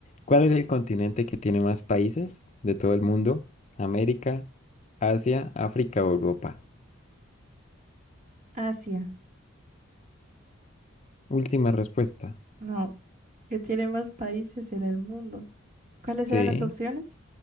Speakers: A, on the left (about 30°); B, on the right (about 35°).
A: ¿Cuál es el continente que tiene más países de todo el mundo? ¿América, Asia, África o Europa?
B: Asia,
A: Última respuesta.
B: no. Que tiene más países en el mundo. ¿Cuáles
A: Sí,
B: eran las opciones?